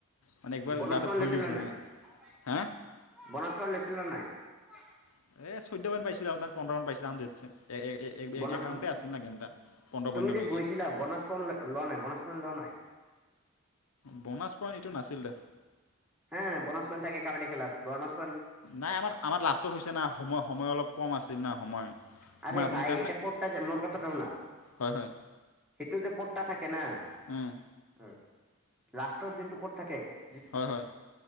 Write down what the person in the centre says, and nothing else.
বনাজ
পাণ
লৈছিল
নে নাই
<unintelligible>
বনা তুমি
যে গৈছিলা, বনাছ পন লোৱা নাই, বনাছ পন লোৱা নাই?
হে, বনাছ পইন্ট থাকে, কাবাডী খেলাত, বনাছ
<unintelligible>
<unintelligible>